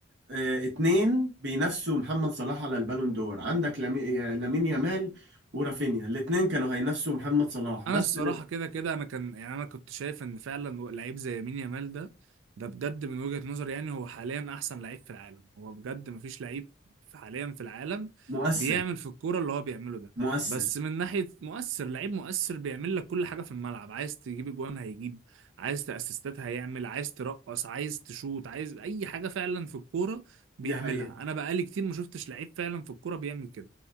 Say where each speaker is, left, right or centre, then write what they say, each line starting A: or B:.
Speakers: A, on the right (about 65°); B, on the right (about 85°).
A: آه، اتنين بينافسوا محمد صلاح على البالون دور عندك لامي- آه، لامين يامال ورافينيا الاتنين كانوا هينافسوا محمد صلاح
B: انا
A: بس
B: الصراحه كده كده انا كان يعني انا كنت شايف ان فعلا لعيب زي يمين يامال ده ده بجد من وجهه نظري يعني هو حاليا احسن لعيب في العالم هو بجد مفيش لعيب في- حاليا في العالم
A: مؤثر
B: بيعمل في الكوره اللي هو بيعمله ده
A: مؤثر
B: بس من ناحيه مؤثر لعيب مؤثر بيعمل لك كل حاجه في الملعب عايز تجيب اجوان هيجيب عايز تاسيستات هيعمل عايز ترقص عايز تشوط عايز اي حاجه فعلا في الكوره بيعملها
A: دي حقيقة
B: انا بقالي كتير ما شفتش لعيب فعلا في الكوره بيعمل كده